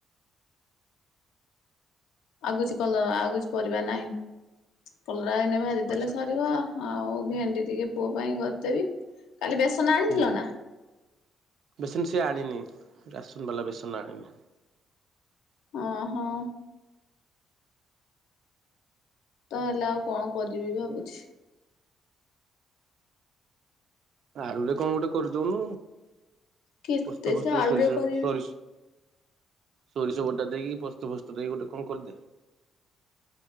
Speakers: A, on the left; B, on the right.
A: ଆଉ କିଛି କଲର ଆଉ କିଛି ପରିବା ନାହିଁ କଲରା ଏଇନେ ଭାଜିଦେଲେ
B: ଆଚ୍ଛା
A: ସରିବ। ଆଉ ଭେଣ୍ଡି ଟିକେ ପୁଅ ପାଇଁ କରିଦେବି କାଲି ବେସନ ଆଣିଥିଲ
B: ହୁଁ
A: ନା?
B: ବେସନ ସିଏ ଆଣିନି ରାସନ ବାଲା ବେସନ ଆଣିନି।
A: ଅ ହଁ। ତାହେଲେ ଆଉ କଣ କରିବି ଭାବୁଛି।
B: ଆଳୁ ରେ କଣ ଗୋଟେ କରିଦଉନୁ
A: କେତେ
B: ପୋସ୍ତ ଫୋସ୍ତ
A: ସେ ଆଳୁରେ
B: ସୋରିଷ
A: କରିବି
B: ସରି ସୋରିଷବଟା ଦେଇକି ପୋସ୍ତ ଫୋସ୍ତ ଦେଇକି ଗୋଟେ କଣ କରିଦେ।